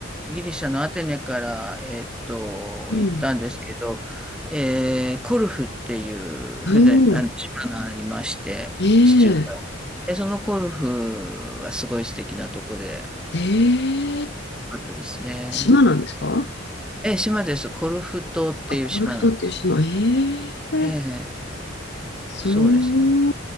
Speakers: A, in the centre; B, on the left (about 60°).
A: ギリシャのアテネから、えっと、
B: うん。
A: 行ったんですけど、えーコルフっていう船、
B: おお、
A: あの、島がありまして、
B: ええ
A: 地中海。で、そのコルフはすごい素敵なとこで、
B: ええ
A: あかったですね。
B: 島なんですか
A: え島です。コルフ島っていう島なんです。
B: あ、コルフ島っていう島。ええ
A: ええ、
B: そうい
A: そうですね。